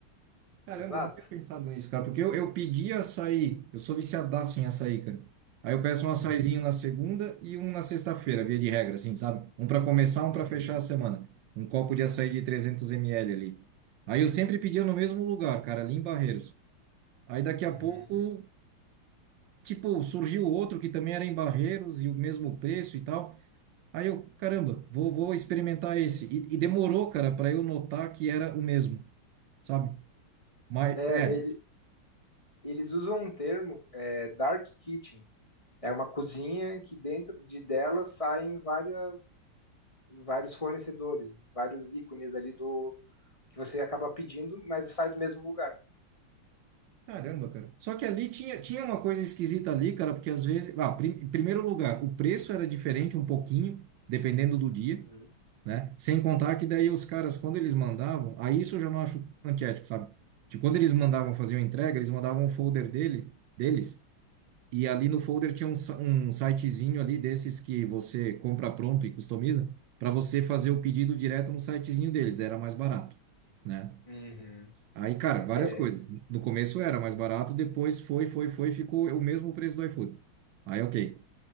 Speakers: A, on the right (about 75°); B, on the left (about 15°).
A: Caramba,
B: Exato.
A: eu não tinha pensado nisso, cara, porque eu, eu pedi açaí, eu sou viciadaço em açaí, cara. Aí eu peço um
B: Uhum,
A: açaizinho na segunda e um na sexta-feira, via de regra, assim, sabe? Um para começar, um para
B: uhum,
A: fechar a semana. Um copo de açaí de 300 ml ali. Aí eu sempre pedia no mesmo lugar, cara, ali em Barreiros. Aí daqui a
B: uhum.
A: pouco, tipo, surgiu outro que também era em Barreiros e o mesmo preço e tal. Aí eu, caramba, vou, vou experimentar esse. E, e demorou, cara, para eu notar que era o mesmo, sabe? Mas
B: É,
A: é,
B: e- eles usam um termo, é, dark kitchen. É uma cozinha que dentro de dela saem várias, vários fornecedores, vários ícones ali do que você acaba pedindo, mas sai do mesmo lugar.
A: Caramba, cara. Só que ali tinha, tinha uma coisa esquisita ali, cara, porque às vezes. Ah, prim- em primeiro lugar, o preço era diferente um pouquinho, dependendo do dia,
B: Uhum.
A: né? Sem contar que daí os caras, quando eles mandavam, aí isso eu já não acho antiético, sabe? Tipo, quando eles mandavam fazer uma entrega, eles mandavam um folder dele, deles, e ali no folder tinha um, sa- um sitezinho ali desses que você compra pronto e customiza, para você fazer o pedido direto no sitezinho deles, daí era mais barato. né?
B: Uhum.
A: Aí, cara, várias
B: É,
A: coisas. No começo era mais barato, depois foi, foi, foi, ficou o mesmo preço do iFood. Aí, ok.